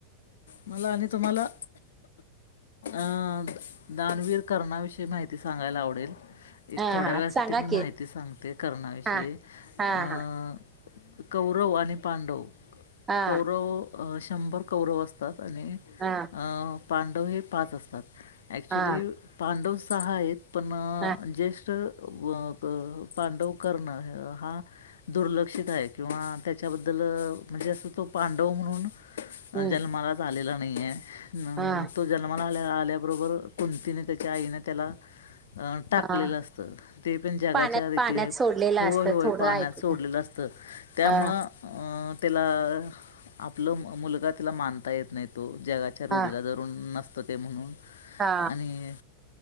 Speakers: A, on the left; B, on the right.
A: मला आणि तुम्हाला अं दानवीर कर्णा विषयी माहिती सांगायला आवडेल. एक
B: हा
A: थोड्या
B: हा
A: वेळासाठी
B: सांगा
A: मी
B: की
A: माहिती सांगते करणाविषयी
B: हा हा
A: अं
B: हा
A: कौरव आणि पांडव
B: हा
A: कौरव अ शंभर कौरव असतात आणि अ
B: हा
A: पांडव हे पाच असतात. ऍक्च्युली
B: हा
A: पांडव सहा आहेत पण
B: हा
A: जस्ट मग पांडव कर्ण हा दुर्लक्षित आहे किंवा त्या त्याच्याबद्दल म्हणजे असं तो पांडव म्हणून
B: हम्म
A: जन्मालाच आलेला नाही आहे. अं
B: हा
A: तो जन्माला आल्या आल्याबरोबर कुंतीने त्याच्या आईने त्याला अ टाकलेलं
B: हा
A: असतं ते पण जगाच्या
B: पाण्यात
A: भीतीने
B: पाण्यात सोडलेलं
A: होय
B: असतं
A: होय
B: थोडं
A: पाण्यात
B: ऐकून
A: सोडलेलं असतं. त्यामुळं
B: हा
A: अं त्याला आपलं मुलगा तिला मानता येत नाही तो जगाच्या रूढीला
B: हा
A: धरुन नस ते म्हणून
B: हा
A: आणि